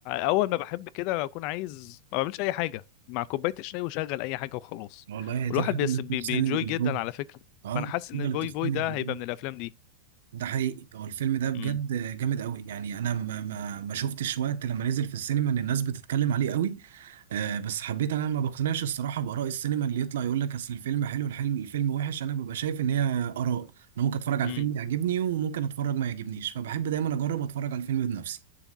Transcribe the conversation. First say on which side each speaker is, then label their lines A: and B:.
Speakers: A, on the left; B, on the right.
A: أول ما بحب كده أكون عايز ما بعملش أي حاجة مع كوباية الشاي وشغل أي حاجة وخلاص
B: والله هي
A: والواحد
B: دي الحاجة
A: بيس
B: اللي بتفصلني
A: بي- بينجوي
B: من الجو،
A: جدا على فكرة
B: اه
A: فأنا حاسس
B: الحاجة
A: إن
B: اللي
A: فوي
B: بتفصلني
A: فوي ده
B: من الجو.
A: هيبقى من الأفلام دي
B: ده حقيقي هو الفيلم ده بجد
A: امم
B: جامد قوي يعني انا ما ما ما شفتش وقت لما نزل في السينما ان الناس بتتكلم عليه قوي آه بس حبيت انا ما بقتنعش الصراحه باراء السينما اللي يطلع يقول لك اصل الفيلم حلو الحلم الفيلم وحش انا ببقى شايف ان هي اراء انا ممكن اتفرج على
A: امم
B: الفيلم يعجبني وممكن اتفرج ما يعجبنيش فبحب دايما اجرب اتفرج على الفيلم بنفسي